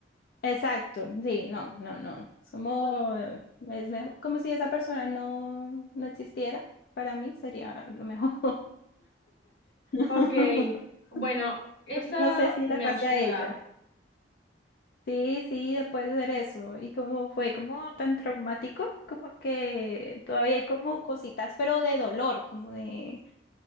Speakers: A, on the left; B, on the left.
A: exacto. Sí, no, no, no. Es como, eh, es mejor, como si esa persona no, no existiera. Para mí sería lo mejor. <laughs>
B: Ok, bueno, eso
A: Entonces, no sé si
B: me
A: le pase
B: ayuda.
A: a ella. Sí, sí, después de hacer eso. Y como fue como tan traumático, como que todavía hay como cositas, pero de dolor, como de